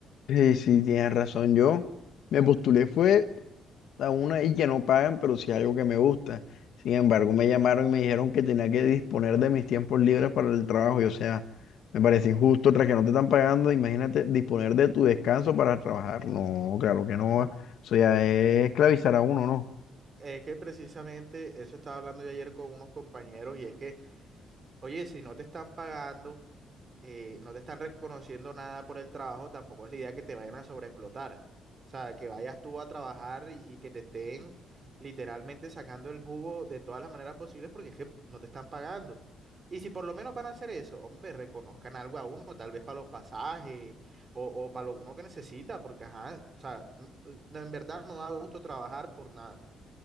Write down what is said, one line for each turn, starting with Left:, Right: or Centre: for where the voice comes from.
Left: Sí, sí, tienes razón. Yo me postulé fue a una y que no pagan, pero sí algo que me gusta. Sin embargo, me llamaron y me dijeron que tenía que disponer de mis tiempos libres para el trabajo. Y o sea, me parece injusto, tras que no te están pagando, imagínate disponer de tu descanso para trabajar. No, claro que no. Eso ya es esclavizar a uno, ¿no?
Right: Es que precisamente eso estaba hablando yo ayer con unos compañeros y es que, oye, si no te están pagando eh, no te están reconociendo nada por el trabajo, tampoco es la idea que te vayan a sobreexplotar. O sea, que vayas tú a trabajar y, y que te estén literalmente sacando el jugo de todas las maneras posibles porque es que no te están pagando. Y si por lo menos van a hacer eso, hombre, reconozcan algo a uno, tal vez para los pasajes o, o para lo uno que necesita, porque ajá, o sea, n- eh, en verdad no da gusto trabajar por nada.